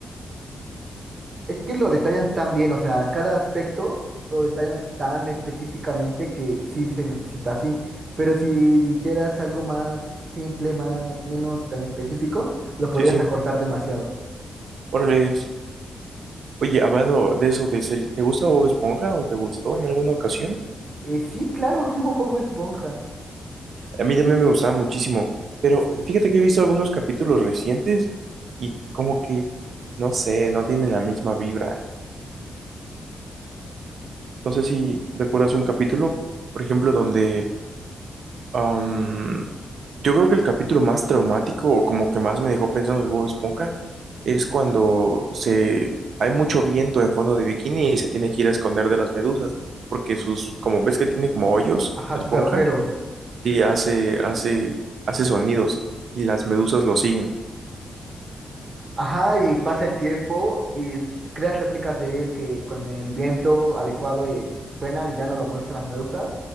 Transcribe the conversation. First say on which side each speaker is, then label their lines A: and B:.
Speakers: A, on the right; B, on the right.
A: Es que lo detallan tan bien, o sea, cada aspecto lo detallan tan específicamente que sí se necesita así. Pero si dijeras algo más simple, más, menos tan específico, lo podrías
B: Sí, sí.
A: recortar demasiado.
B: Órale. Oye, hablando de eso de series, ¿te gusta Bob Esponja o te gustó en alguna ocasión?
A: Eh, sí, claro, <laughs> como Bob Esponja.
B: A mí también me gustaba muchísimo, pero fíjate que he visto algunos capítulos recientes y como que, no sé, no tienen la misma vibra. No sé si recuerdas un capítulo, por ejemplo, donde am, yo creo que el capítulo más traumático o como que más me dejó pensando de Bob Esponja es cuando se hay mucho viento en fondo de bikini y se tiene que ir a esconder de las medusas porque sus, como ves que tiene como hoyos
A: Ajá,
B: la
A: sus
B: esponja,
A: agujeros.
B: sí hace hace hace sonidos y las medusas lo siguen.
A: Ajá, y pasa el tiempo y s- creas réplicas de él que con el viento adecuado eh, suenan y ya no lo molestan las medusas.